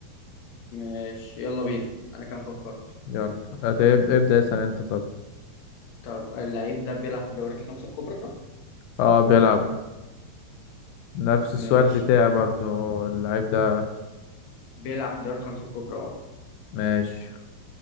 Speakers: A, on the left (about 65°); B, on the left (about 85°).
A: ماشي يلا بينا انا كان فكرت
B: يلا هتبدأ ابدأ اسأل انت طب
A: طب اللعيب ده بيلعب في الدوريات الخمسة الكبرى
B: اه بيلعب نفس
A: ماشي
B: السؤال بتاعي برضو اللعيب ده
A: بيلعب في الدوري الخمسة الكبرى اه
B: ماشي